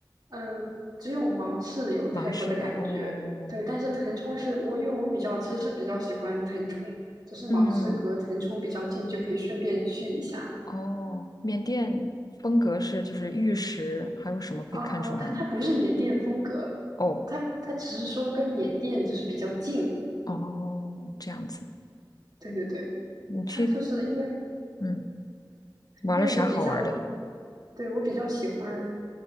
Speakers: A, on the right; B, on the left.
A: 嗯，只有芒市有泰国的感觉。
B: 芒市有哦，
A: 对，但是腾冲是我，因为我比较其实是比较喜欢腾冲，只是芒市隔腾冲比较近，
B: 嗯
A: 就可以顺便去一下。
B: 哦，缅甸风格是就是玉石，还有什么可以看出来呢？
A: 啊，它它不是缅甸风格，
B: 哦
A: 它它只是说跟缅甸就是比较近。
B: 哦，这样子，
A: 对对对，
B: 你去
A: 它就是因为
B: 嗯玩了啥好玩的？
A: 因为我比较对我比较喜欢